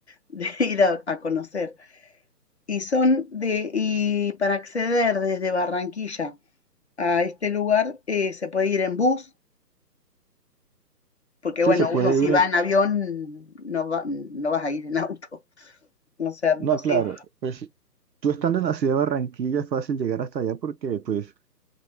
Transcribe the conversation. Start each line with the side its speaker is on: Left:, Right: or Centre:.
Left: de <laughs> ir a, a conocer. Y son de, y para acceder desde Barranquilla a este lugar eh, se puede ir en bus, porque
Right: Sí,
Left: bueno,
Right: se puede
Left: uno si
Right: ir.
Left: va
Right: en-
Left: en avión no va, no vas a ir en auto. <laughs> O sea, no
Right: No,
Left: sé,
Right: claro, pues tú estando en la ciudad de Barranquilla es fácil llegar hasta allá porque pues